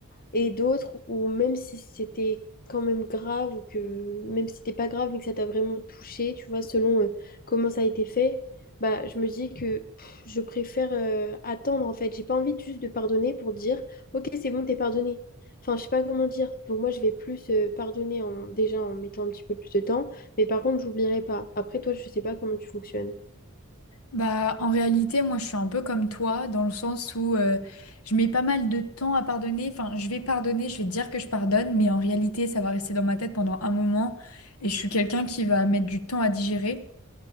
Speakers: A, on the left; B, on the left.
A: et d'autres où même si c'était quand même grave ou que même si c'était pas grave mais que ça t'a vraiment touché, tu vois, selon euh, comment ça a été fait, bah je me dis que pff, je préfère euh, attendre en fait. J'ai pas envie juste de pardonner pour dire OK, c'est bon, t'es pardonné. Enfin, je sais pas comment dire. Donc moi je vais plus euh, pardonner en déjà en mettant un petit peu plus de temps, mais par contre, j'oublierai pas. Après toi, je sais pas comment tu fonctionnes.
B: Bah, en réalité, moi, je suis un peu comme toi dans le sens où euh, je mets pas mal de temps à pardonner. Enfin, je vais pardonner, je vais dire que je pardonne, mais en réalité, ça va rester dans ma tête pendant un moment et je suis quelqu'un qui va mettre du temps à digérer.